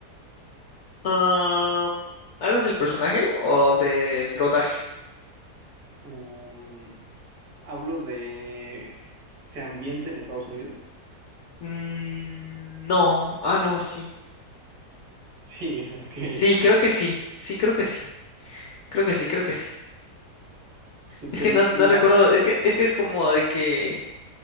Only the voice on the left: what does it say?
Am, ¿hablas del personaje o del rodaje?
Mm, no, ah, no, sí.
Sí, creo que sí, sí, creo que sí, creo que sí, creo que sí.
Es
que no, no recuerdo, es que, es que es como de que,